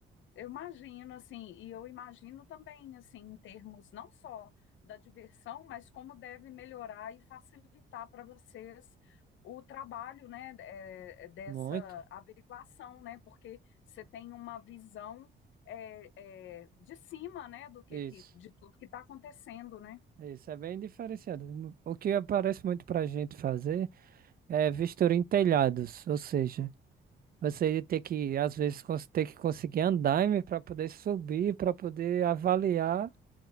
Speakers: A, on the left; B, on the right.
A: Eu imagino, assim, e eu imagino também, assim, em termos não só da diversão, mas como deve melhorar e facilitar para vocês o trabalho, né, é, dessa
B: Muito.
A: averiguação, né, porque você tem uma visão é, é, de cima, né, do que,
B: Isso.
A: que de tudo que está acontecendo, né?
B: Isso é bem diferenciado. O que aparece muito para a gente fazer é vistoria em telhados, ou seja, Você ia ter que, às vezes, cons- ter que conseguir andaime para poder subir, para poder avaliar.